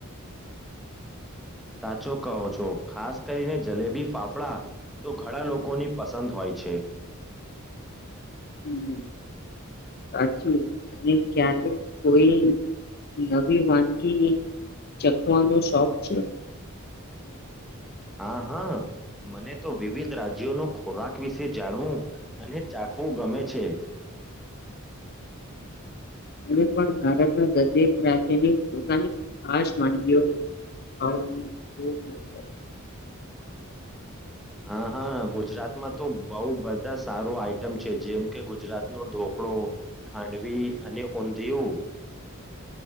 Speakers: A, in the centre; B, on the left.
A: સાચો કહો છો ખાસ કરીને જલેબી ફાફડા તો ઘણા લોકોની પસંદ હોય છે
B: હમ્મ સાચું તને ક્યારે કોઈ નવી વાનગી ચખવાનો શોખ છે
A: હા હા મને તો વિવિધ રાજ્યોનો ખોરાક વિશે જાણવું અને ચાખવું ગમે છે
B: મને પણ ભારતના દરેક રાજ્યની પોતાની ખાસ વાનગીયો ખાવાનું ખુબ મન કરે છે
A: હા હા ગુજરાતમાં તો બહુ બધા સારું આઈટમ છે જેમ કે ગુજરાત નો ઢોકળો ખાંડવી અને ઊંધિયું